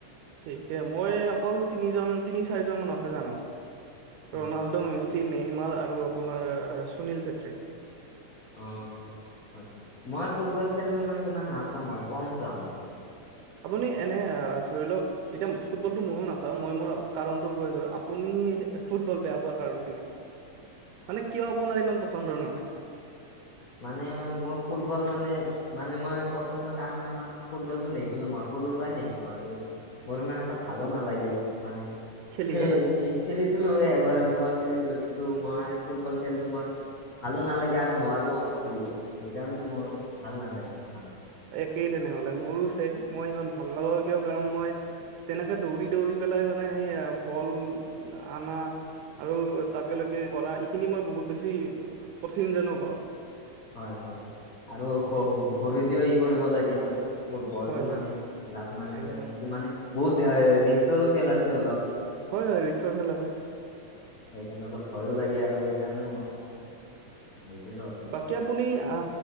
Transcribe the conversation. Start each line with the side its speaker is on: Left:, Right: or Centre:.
Right: ঠিকে মই অকল তিনিজন তিনি চাৰিজন মানকহে জানো।
Left: অ'।
Right: ৰনাল্ডো মেচি নেইমাৰ আৰু আপোনাৰ সুনীল চেত্ৰী।
Left: অ'। হয় মই ফুটবল খেলটো মানে ইমান নাচাওঁ মই কম চাওঁ।
Right: আপুনি এনে ধৰি লওক এতিয়া ফুটবলটো মইও নাচাওঁ মই মোৰ কাৰণটো কৈ আছো আপুনি ফুটবল বেয়া পোৱাৰ কাৰণ মানে কিয় আপোনাৰ ইমান পচন্দৰ নহয়।
Left: মানে মোৰ ফুটবল মানে- মানে মই পচন্দৰ কাৰণ নাই মানে মই ফুটবলটো নেখেলো মই। সৰুৰ পৰাই নেখেলো আৰু মোৰ ইমান এটা ভালো নালাগে মানে।
Right: খেলি
Left: খে
Right: পেলাই
Left: কি খেলি <unintelligible> ছিলো এবাৰ দুবাৰ খেলিছিলো, কিন্তু মই ফুটবল খেলটো মই ভালো নালাগে আৰু নোৱাৰো। <unintelligible> খেলিব সেইকাৰণে মোৰ ভাল নালাগে ইমান।
Right: <unintelligible> কেই তেনেহ'লে মোৰো চেম মই ইমান ভাল নাপাও কিয় কাৰণ মই তেনেকে দৌৰি- দৌৰি পেলাই মানে সেই বল আনা। আৰু তাকে লৈকে কৰা এইখিনি মই বহুত বেছি কঠিন জানো পাওঁ।
Left: হয়-হয় আৰু খৰিদিও ই কৰিব লাগে মানে। ফুটবলটো
Right: হয়,
Left: মানে
Right: হয়,
Left: লাত মাৰিব
Right: একদম
Left: লাগে, সেইটো মানে বহুত ৰিক্সৰো খেল আছে অলপ।
Right: হয়- হয় ৰিক্সৰ খেল আছে।
Left: সেইকাৰণে অলপ ভয়ো লাগে আৰু সেইকাৰণে মই আৰু নেখিলো আৰু।
Right: বাকী আপুনি আ